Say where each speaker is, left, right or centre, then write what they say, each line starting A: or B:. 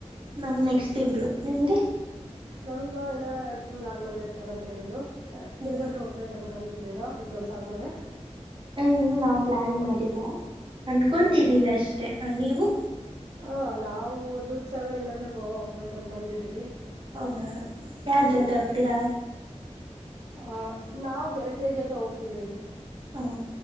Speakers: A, on the right; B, on the right.
A: ನಮ್ ನೆಕ್ಸ್ಟ್ ತಿಂಗಳು ನಿಮ್ಗೆ
B: ನಮೀಗ ಏನ ಎರಡ್ ತಿಂಗ್ ಆದ್ಮೇಲೆ ಇಡ್ತಾರ ಅಂತ ಹೇಳಿದ್ರು
A: ಹ್ಮ್
B: ಎಲ್ಲಿಗಾದ್ರೂ ಹೋಗ್ಬೇಕ ಅನ್ಕಂತ ೀರಾ ಎಕ್ಸಾಮ್ಸ್ ಆದ್ಮೇಲೆ
A: ಇನ್ನು ನಾ್ ಪ್ಲಾನ್ ಮಾಡ ಅನ್ಕೊತಿದ್ದೀವಿ
B: ಹೌದಾ
A: ಅಷ್ಟೇ ನೀವು
B: ಹ ನಾವು ದದುದ್ ಸಾಗರ್ ಇಲ್ಲಾ್ರೆ ಗೋವಾ ಹೋಗ್ಬೇಕು ಅನ್ಕಂತಿದೀವಿ
A: ಹೌದಾ ಯಾರ ಜೊತೆ ಹೋಗ್ತೀರಾ
B: ಹ ನಾವವು ಗೆಳತಿಯ ಜೊತೆ ಹೋಗ್ತಿದೀವಿ
A: ಹ